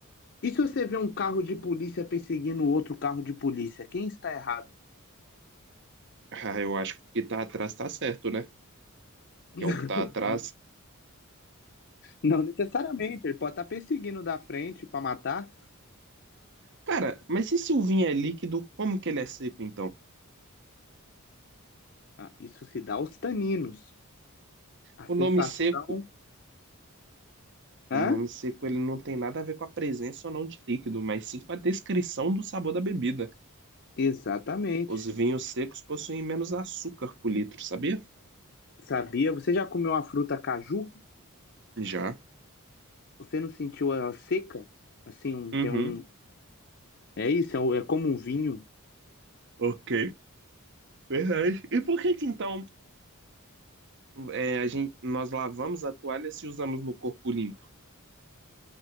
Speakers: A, on the left; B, on the right.
A: E se você vê um carro de polícia perseguindo outro carro de polícia, quem está errado?
B: Ah, eu acho que o que tá atrás tá certo, né? Que é
A: <laughs>
B: o que tá atrás.
A: Não necessariamente, ele pode estar perseguindo da frente para matar.
B: Cara, mas e se o vinho é líquido, como que ele é seco então?
A: Ah, isso se dá aos taninos. A
B: O
A: sensação.
B: nome seco
A: Hã?
B: Um nome seco ele não tem nada a ver com a presença ou não de líquido, mas sim com a descrição do sabor da bebida.
A: Exatamente.
B: Os vinhos secos possuem menos açúcar por litro, sabia?
A: Sabia? Você já comeu a fruta caju?
B: Já.
A: Você não sentiu ela seca? Assim, um,
B: Uhum.
A: tem um. É isso, é, o- é como um vinho.
B: Ok. Verdade. E por que que então é, a gente, nós lavamos a toalha se usamos no corpo limpo?